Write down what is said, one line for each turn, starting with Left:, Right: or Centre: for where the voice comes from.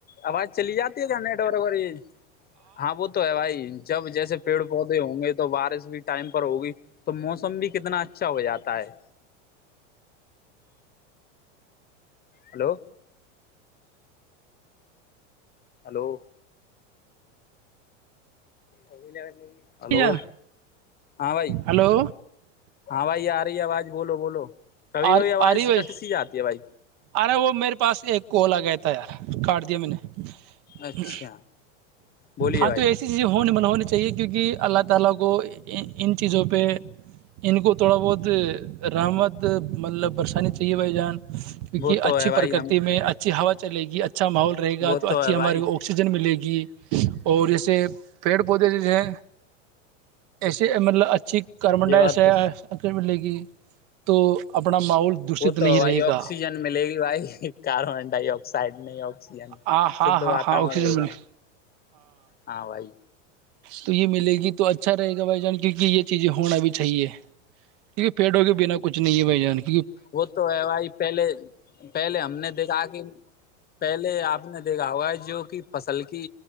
Left: آواز چلی جاتی ہے گا نیٹ ب ہاں وہول تو ہے بھائی جب جیسے پیڑ پودے ہوں گے تو بارش بھی ٹائم پر ہوگی تو موسم بھی کتنا اچھا ہو جاتا ہے ہلو ہلو ا ل کر ہلو
Right: جان
Left: ہاں بھائی
Right: ہلو
Left: ہاں بھائی یار ی آواز بولو بولو کبھی
Right: آ
Left: کبھی آواز
Right: رہی بھائی
Left: اکٹ
Right: جان،
Left: س جاتی ہے بھائی
Right: ارے وہ میرے پاس ایک کوال آ گیا تھا یار کاٹ دیا میں نے
Left: اچھا
Right: ہ
Left: بولیے
Right: ہاں
Left: بھائی
Right: تو ایسی چیزیں ہونے من ہونی چاہیے کہ کیونکہ اللہ تعالا کو ان چیزوں پہ ان کو تھوڑا بہت رحمت مطلب برسانی چاہیے بھائی جان کیونک
Left: وہ تو
Right: اچھی
Left: ہے بھائی
Right: پرکرتی
Left: ہم
Right: میں ا ا ہوا چے گی اچا اچھا ماحول رہے گا
Left: وہ
Right: تو اچھی
Left: ہے بھائی
Right: ہمارے کو آکسیجن ملے گی اور یہ پیڑ پودے جسے ایسے مطلب اچھے چیک کاربن ڈائی
Left: یہ بات
Right: آسائڈ
Left: تو
Right: ملے گی تو اپنا ماحول دوشت
Left: وہ
Right: نہیں
Left: تو بھائی
Right: رہے
Left: آکسیجن
Right: گا
Left: ملے گی بھائی کاربن ڈائیکسائڈ نہیں آکسیجن
Right: ہاں ہاں
Left: شھ
Right: ہاں
Left: واتورن
Right: ہاں آکسیجن
Left: ہوگا
Right: ملے
Left: ہاں بھائی
Right: تو یہ ملے گی تو اچھا رہے گا بھائی جان کیونکہ یہ چیزیں ہونا بھی چاہیے کیونکہ پیڑوں کے بنا کچھ نہیں ہے بھائی جان کے
Left: وہ تو ہے بھائی پہلے پہلے ہم نے دیکھا کہ پہلے آپ نے دیکھا ہوا ہے جو کہ فصل کی